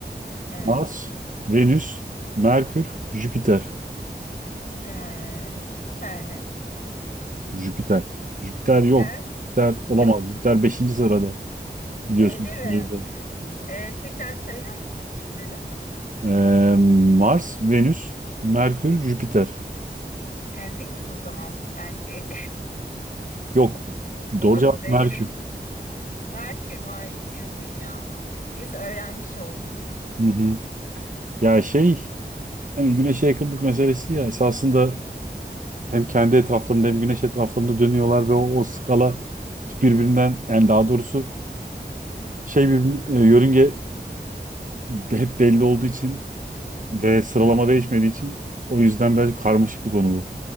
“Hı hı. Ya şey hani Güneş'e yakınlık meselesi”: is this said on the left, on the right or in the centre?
Right